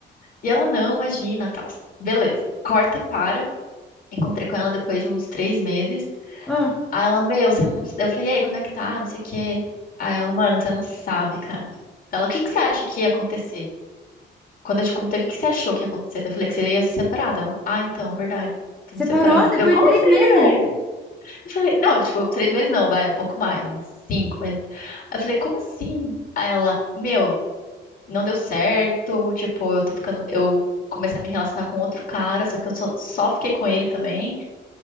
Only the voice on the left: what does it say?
E ela, não, imagina, tal. Beleza. Corta, para. Encontrei com ela depois de uns três meses.
Aí ela, meu, você não... Eu falei, e aí, como é que tá? Não sei o quê. Aí ela, mano, você não sabe, cara. Ela, o que que você acha que ia acontecer? Quando eu te contei o que que você achou que ia acontecer, eu falei que você ia se separar dela. Ah, então, verdade. Tô
me separando.
Eu, como
assim,
velho? Eu falei, não, tipo, três meses não, vai, um pouco mais, uns cinco meses. Aí eu falei, como assim? Aí ela, meu, não deu certo, tipo, eu tô ficando, eu comecei a me relacionar com outro cara, só que eu só, só fiquei com ele também.